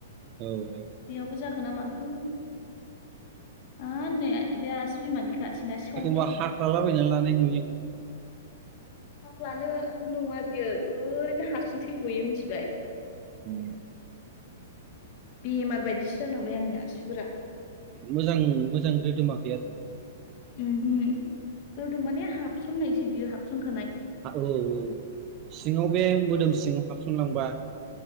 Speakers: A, on the right; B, on the left.
A: औ औ
B: बेयावबो जाखो ना माखो <unintelligible> नै बे आसि बिमानि खाथिना सौ
A: बा हाख्लाबायनानै लानाय नुयो आं <unintelligible>
B: हाख्लानो नङा बियो ओरैनो हारसिं थै ग'यो मिथिबाय
A: <unintelligible>
B: बेमार बायदिसो जालांबाय आंनि आसिगुरा
A: मोजां मोजां रोदोमाखै आरो ना
B: <unintelligible> रोदोम माने हाबसननायसो बियो हाबसन
A: औ औ सिङाव बे मोदोम सिं हाबसनलांबा